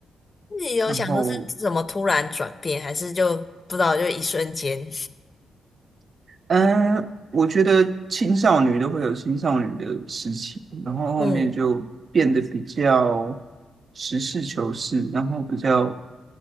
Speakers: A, on the left; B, on the right.
A: 自己有想说是怎么突然转变，
B: 然后
A: 还是就不知道就一瞬间？
B: 嗯，我觉得青少女都会有青少女的事情，然后后面就变得比较
A: 嗯
B: 实事求是，然后比较